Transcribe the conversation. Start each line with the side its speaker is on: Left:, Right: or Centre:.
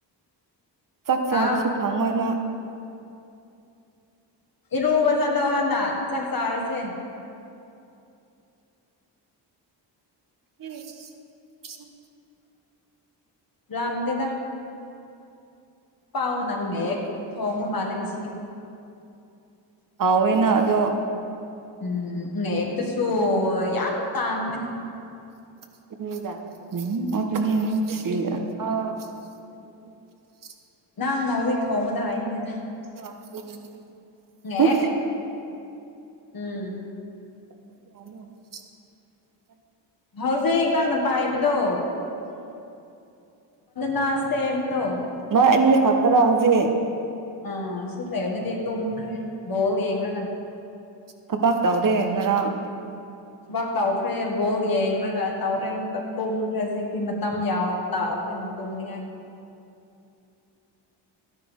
Right: ꯆꯥꯛ ꯆꯥꯕꯁꯨ
Left: ꯍꯥꯎ
Right: ꯐꯪꯉꯣꯏ ꯃꯥ
Left: ꯏꯔꯨꯕ ꯆꯠꯂꯣ ꯍꯥꯟꯅ ꯆꯥꯛ ꯆꯥꯔꯁꯦ
Right: ꯎꯝ
Left: ꯔꯝꯗꯦꯗ ꯄꯥꯎ ꯅꯪꯅꯦ
Right: ꯎꯝ
Left: ꯊꯣꯡꯕ ꯃꯥꯜꯂꯤ ꯁꯤ
Right: ꯍꯥꯎꯋꯦꯅ ꯑꯗꯣ
Left: ꯎꯝ ꯍꯦꯛꯇꯨꯁꯨ ꯌꯥꯝ ꯇꯥꯡꯕꯅꯤ
Right: <unintelligible>
Left: ꯅꯪꯅ ꯍꯧꯖꯤꯛ ꯊꯣꯡꯕꯗꯣ ꯍꯩꯅꯤꯗ
Right: <unintelligible> ꯎꯝ
Left: ꯑꯦ ꯎꯝ
Right: <unintelligible>
Left: ꯍꯧꯖꯤꯛ ꯅꯪꯅ ꯄꯥꯏꯕꯗꯣ <unintelligible>
Right: ꯅꯣꯏ ꯑꯅꯤ ꯈꯛꯇꯔꯣ ꯍꯧꯖꯤꯛ
Left: ꯑꯥ ꯁꯨꯠ ꯂꯩꯗꯤ ꯇꯨꯝꯈ꯭ꯔꯦ ꯕꯣꯜ ꯌꯦꯡꯂꯒ
Right: ꯊꯕꯥꯛ ꯇꯥꯎꯗꯦ ꯉꯔꯥꯡ
Left: ꯊꯕꯥꯛ ꯇꯥꯎꯈ꯭ꯔꯦ ꯕꯣꯜ ꯌꯦꯡꯉꯒ ꯇꯥꯎꯔꯦ ꯑꯃꯨꯛꯀ ꯇꯨꯝꯈ꯭ꯔꯦ ꯍꯧꯖꯤꯛꯇꯤ ꯃꯇꯝ ꯌꯥꯎ <unintelligible> ꯑꯈꯣꯏꯅ ꯇꯨꯝꯅꯤꯡꯉꯥꯏ